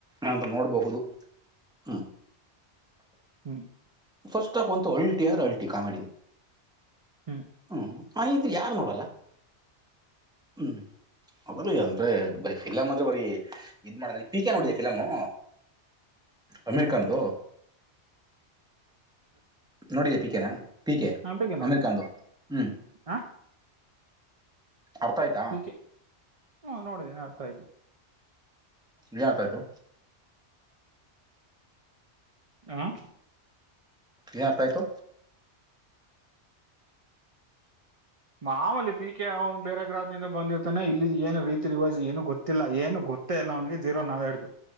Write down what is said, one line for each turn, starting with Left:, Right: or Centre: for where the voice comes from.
Centre: ಏಂತ ನೋಡಬಹುದು ಹ್ಮ
Right: ಹ್ಮ್
Centre: ಫಸ್ಟ್ ಆಫ್ ಅಂತು ಅಲ್ಟಿ ಅಂದ್ರೆ ಅಲ್ಟಿ ಕಾಮಿಡಿ ಇದೆ
Right: ಹ್ಮ್
Centre: ಹ್ಮ ಹಾ ತ್ರಿ ಯಾರು ನೋಡಲ್ಲ ಹ್ಞ ಅದ ಅಂದರೆೆ ಬ ಫಿಲಮ್ ಅ್ರೆ ಬರಿ ಇದ್ ಮಾಡದ ಪೀಕೆ ನೋಡಿಯ ಫಿಲಮು ಅಮೇರಿಕನ್ದು ನೋಡಿ ಪಿಕೆನಾ ಪಿಕೆ
Right: ಹಾ ನೋಡಿನಿ
Centre: ಅಮಿರ್ಕಖಾದ ಹ್ಮ್
Right: ಹ
Centre: ಅರ್ಥ ಆಯ್ತಾ
Right: ಹೆ ಹಾ ನೋಡಿದೆ ನ ಅರ್ತಾಯಯ್ತು
Centre: ಏನ್ ಅರ್ಥ ಆಯ್ತು
Right: ಹ
Centre: ಈತಾಯತು
Right: ಮಾ ಮಾಮಲಿ ಪಿ ಕೆ ಅವನ್ ಬೇರೆ ಗ್ರಹದಿಂದ ಬಂದಿರ್ತಾನೆ ಇ ಏನ ರೀತಿ ರಿವಾಜ್ ಏನು ಗೊತ್ತಿಲ್ಲ ಏನು ಗೊತ್ತ ಗೊತ್ತ ಎಲ್ಲ ಅವಗೆ ಜೀರೋ ನಾ <inaudible>